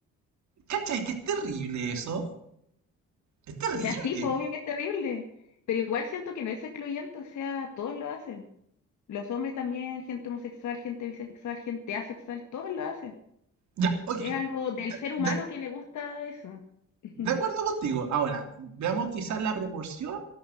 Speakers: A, on the right; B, on the left.
A: ¿Cachai? Que es terrible eso. Es terrible.
B: O sea, sí, pues obvio que es terrible, pero igual siento que no es excluyente, o sea, todos lo hacen. Los hombres también, gente homosexual, gente bisexual, gente asexual, todos lo hacen.
A: Ya, ok.
B: Es algo del
A: De,
B: ser humano
A: de-
B: que le gusta eso. <laughs>
A: de acuerdo contigo. Ahora, veamos quizás la proporción